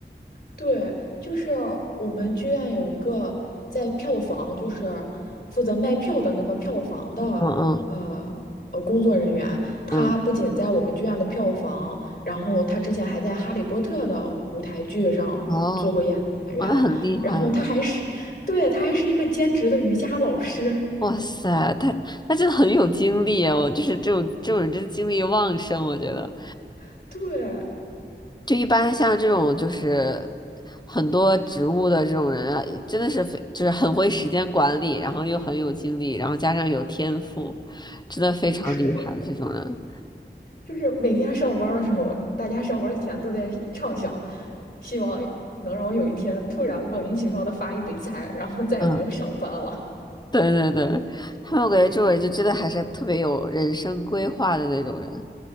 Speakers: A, on the left; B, on the left.
A: 对，就是我们剧院有一个在票房，就是负责卖票的那个票房的，
B: 嗯嗯
A: 呃呃，工作人员，他不仅在我们剧院的票房，
B: 嗯，
A: 然后他之前还在《哈利波特》的舞台剧上做过演员，
B: 哦，哦，那很厉害啊。
A: 然后他还是，对，他还是一个兼职的瑜伽老师，
B: 哇塞，他他真的很有精力啊，我就是这种这种人真的精力旺盛，我觉得
A: <laughs> 对。
B: 就一般像这种就是很多植物的这种人啊，真的是非就是很会时间管理，然后又很有精力，然后加上有天赋，真的非常厉害的这种人。
A: 嗯是的，就是每天上班儿的时候，大家上班儿前都在畅想，希望能让我有一天突然莫名其妙的发一笔财，然后再也不用上班了。
B: 嗯，对对对，他们我感觉这种人就真的还是特别有人生规划的那种人，